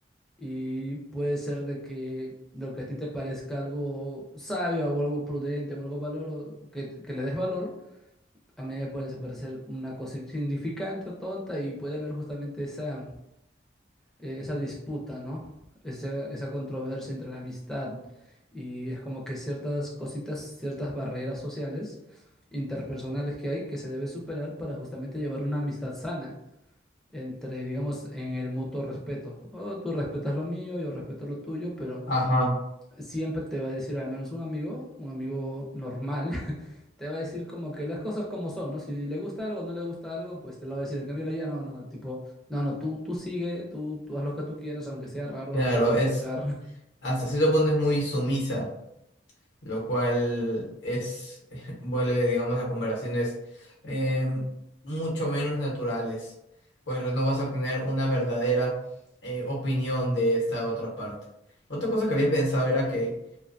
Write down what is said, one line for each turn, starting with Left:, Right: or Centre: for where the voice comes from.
Centre: Y puede ser de que lo que a ti te parezca algo sabio o algo prudente o algo valor o que, que le des valor, a mí me puede parecer una cosa insignificante o tonta y puede haber justamente esa eh, esa disputa, ¿no? Esa, esa controversia entre la amistad y es como que ciertas cositas, ciertas barreras sociales, interpersonales que hay que se debe superar para justamente llevar una amistad sana entre, digamos, en el mutuo respeto. Oh, tú respetas lo mío, yo respeto lo tuyo, pero
Left: Ajá.
Centre: siempre te va a decir al menos un amigo, un amigo normal, <laughs> te va a decir como que las cosas como son, ¿no? Si le gusta algo o no le gusta algo, pues te lo va a decir. En cambio, ya no, no, tipo, no, no, tú, tú sigue, tú, tú haz lo que tú quieras, aunque sea raro,
Left: Claro,
Centre: no te voy
Left: es
Centre: a juzgar. <laughs>
Left: hasta cierto punto es muy sumisa. lo cual es, <laughs> vuelve, digamos, a conversaciones eh, mucho menos naturales, pues no vas a obtener una verdadera eh, opinión de esta otra parte. Otra cosa que había pensado era que